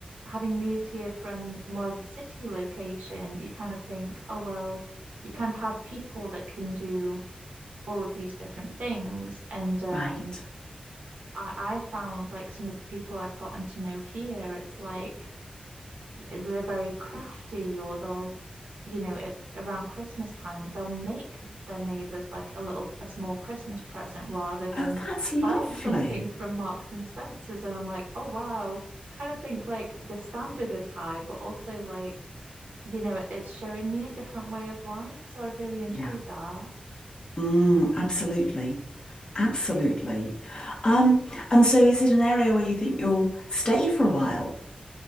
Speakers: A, on the right (about 85°); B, on the left (about 35°).
A: having moved here from more of a city location. You kind of think, oh, well, you kind of have people that can do all of these different things. And, um,
B: right.
A: I, I found like some of the people I've gotten to know here, it's like they're very crafty or they'll, you know, it, around Christmas time, they'll make their neighbors like a little, a small Christmas present rather than
B: Oh, that's lovely.
A: buying something from Marks and Spencer's. And I'm like, oh, wow. Kind of think like the standard is high, but also like, you know, it, it's showing me a different way of life. So I've really enjoyed
B: Yeah.
A: that.
B: Mm, absolutely. Absolutely. Um, and so is it an area where you think you'll stay for a while?